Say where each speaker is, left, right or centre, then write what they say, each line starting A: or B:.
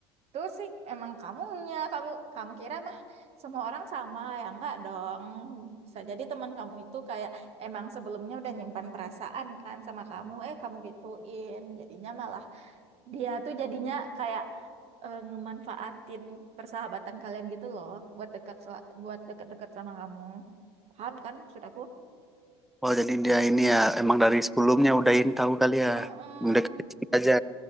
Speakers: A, on the right; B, in the centre.
A: itu sih emang kamunya. Kamu kamu kira mah semua orang sama ya enggak dong. Bisa jadi teman kamu itu kayak emang sebelumnya udah nyimpan perasaan kan sama kamu, eh kamu gituin. Jadinya malah dia tuh jadinya kayak eh, ngemanfaatin persahabatan kalian gitu loh buat dekat sel- buat dekat-dekat sama kamu. Paham kan maksud aku?
B: oh jadi dia ini ya emang dari sebelumnya udahin tahu kali
A: Mm-mm.
B: ya udah kritik aja